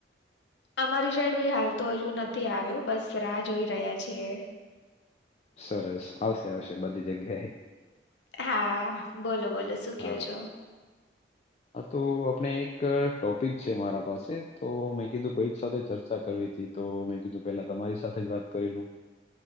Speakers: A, on the left; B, on the left.
A: અમારી સાઈડ ભી હાલ તો હજુ નથી આવ્યો બસ રાહ જોઈ રહ્યા છીએ.
B: સરસ આવશે આવશે બધી જગ્યાએ.
A: હા બોલો બોલો શું
B: હા.
A: કયો છો
B: અ તો આપણે એક ટોપિક છે મારા પાસે તો મેં કીધું કોઈક સાથે ચર્ચા કરવી તી. તો મેં કીધું પેલા તમારી સાથે વાત કરી લઉ.